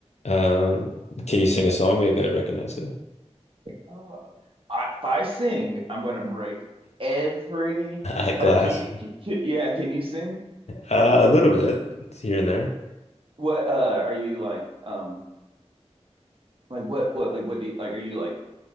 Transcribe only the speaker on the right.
Oh, I, if I sing, I'm going to break every
uh do you c- c- yeah, can you sing?
What uh are you like um like what what like what do you like are you like